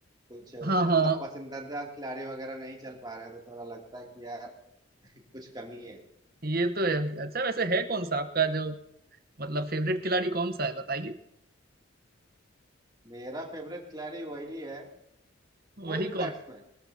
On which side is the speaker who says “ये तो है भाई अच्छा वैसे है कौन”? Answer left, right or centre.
Right